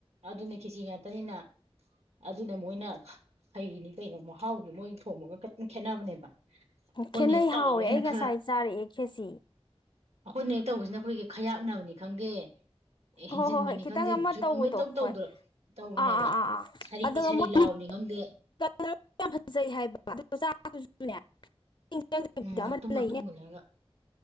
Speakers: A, on the right (about 85°); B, on the left (about 50°).
A: ꯑꯗꯨꯅ ꯈꯦꯁꯤ ꯉꯥꯛꯇꯅꯤꯅ ꯑꯗꯨꯅ ꯃꯣꯏꯅ ꯍꯩꯔꯤꯅꯤ ꯀꯩꯅꯣ ꯃꯍꯥꯎꯖꯨ ꯃꯣꯏꯟ ꯊꯣꯡꯉꯒ ꯀꯩꯏꯝ ꯈꯦꯠꯅꯕꯅꯦꯕ ꯑꯩꯈꯣꯏꯅ
B: ꯈꯦꯠꯅꯩ
A: ꯍꯦꯛ ꯇꯧꯔꯕꯁꯤꯅ
B: ꯍꯥꯎꯋꯦ ꯑꯩ ꯉꯁꯥꯏ
A: ꯈꯔ
B: ꯆꯥꯔꯛꯑꯦ ꯈꯦꯆꯤ
A: ꯑꯈꯣꯏꯅ ꯍꯦꯛ ꯇꯧꯕꯁꯤꯅ ꯑꯈꯣꯏꯒꯤ ꯈꯌꯥꯛꯅꯕꯅꯤ ꯈꯪꯗꯦ ꯍꯦꯟꯖꯤꯟꯕꯅꯤ
B: ꯍꯣꯏ ꯍꯣꯏ ꯍꯣꯏ ꯈꯤꯇꯪ
A: ꯈꯪꯗꯦ ꯖꯨꯠ
B: ꯇꯧꯕꯗꯣ
A: ꯑꯃ ꯏꯇꯧ ꯇꯧꯗ꯭ꯔꯣ
B: ꯍꯣꯏ
A: ꯇꯧꯕꯅꯦꯕ
B: ꯑꯥ ꯑꯥ ꯑꯥ ꯑꯥ
A: ꯁꯥꯔꯤ
B: ꯑꯗꯨꯒ
A: ꯁꯥꯔꯤ
B: ꯃꯣꯏ
A: ꯂꯥꯎꯕꯅꯤ ꯈꯪꯗꯦ
B: <unintelligible> ꯌꯥꯝ ꯐꯖꯩ ꯍꯥꯏꯕ ꯑꯗꯨ ꯃꯆꯥꯗꯨꯖꯨꯅꯦ <unintelligible> ꯆꯪꯗꯕꯤꯗ
A: ꯎꯝ ꯃꯇꯨꯝ
B: ꯑꯃ ꯂꯩꯅꯦ
A: ꯃꯇꯨꯝ ꯃꯨꯜꯂꯒ